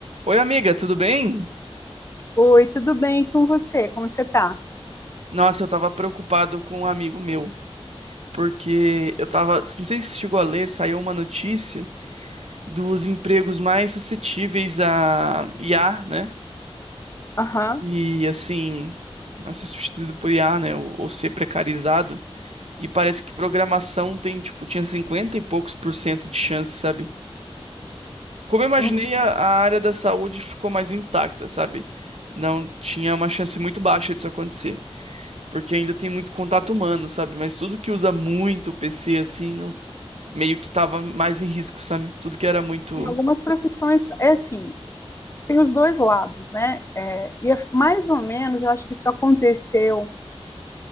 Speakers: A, on the right (about 85°); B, on the left (about 25°).
A: Oi, amiga, tudo bem?
B: Oi, tudo bem com você? Como você tá?
A: Nossa, eu tava preocupado com um amigo meu, porque eu tava, não sei se você chegou a ler, saiu uma notícia dos empregos mais suscetíveis a IA, né?
B: Aham.
A: E assim, a ser substituído por IA, né? Ou, ou ser precarizado. E parece que programação tem, tipo, tinha 50 e poucos por cento de chance, sabe? Como eu imaginei,
B: uhum.
A: a, a área da saúde ficou mais intacta, sabe? Não tinha uma chance muito baixa disso acontecer. porque ainda tem muito contato humano, sabe? Mas tudo que usa muito o PC assim, não- meio que tava mais em risco, sabe? Tudo que era muito.
B: Em algumas profissões é assim, tem os dois lados, né? É, e é mais ou menos, eu acho que isso aconteceu,